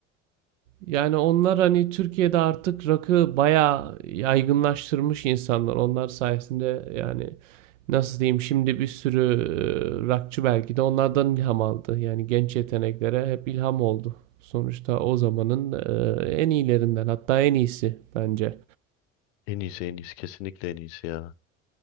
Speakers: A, on the right; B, on the left.
A: Yani onlar hani Türkiye'de artık rakı bayağı yaygınlaştırmış insanlar. Onlar sayesinde yani nasıl diyeyim şimdi bir sürü e, rakçı belki de onlardan ilham aldı. Yani genç yeteneklere hep ilham oldu. Sonuçta o zamanın e, en iyilerinden hatta en iyisi bence.
B: En iyisi en iyisi kesinlikle en iyisi ya.